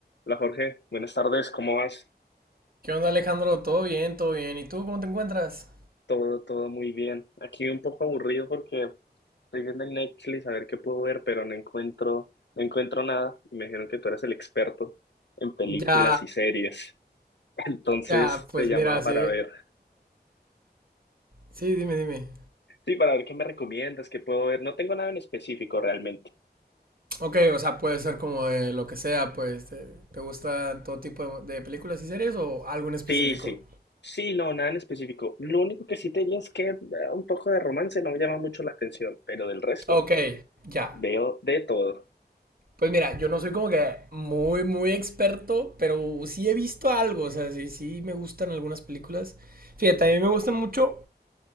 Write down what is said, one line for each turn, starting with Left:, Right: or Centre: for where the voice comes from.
Left: Hola Jorge, buenas tardes, ¿cómo vas?
Right: ¿Qué onda, Alejandro? ¿Todo bien? ¿Todo bien? ¿Y tú cómo te encuentras?
Left: Todo, todo muy bien. Aquí un poco aburrido porque estoy viendo en Netflix a ver qué puedo ver, pero no encuentro, no encuentro nada. Y me dijeron que tú eras el experto en películas
Right: Ya,
Left: y series. <laughs> Entonces
Right: ya, pues
Left: te llamaba
Right: mira,
Left: para
Right: sí,
Left: ver.
Right: sí, dime, dime.
Left: Sí, para ver qué me recomiendas, qué puedo ver. No tengo nada en específico realmente.
Right: Ok, o sea, puede ser como de lo que sea, pues, ¿te, te gustan todo tipo de, de películas y series o algo en específico?
Left: Sí, sí. Sí, no, nada en específico. Lo único que sí te diría es que eh, un poco de romance no me llama mucho la atención, pero del resto
Right: Ok, ya.
Left: veo de todo.
Right: Pues mira, yo no soy como que muy, muy experto, pero sí he visto algo, o sea, sí, sí me gustan algunas películas. Fíjate, a mí me gustan mucho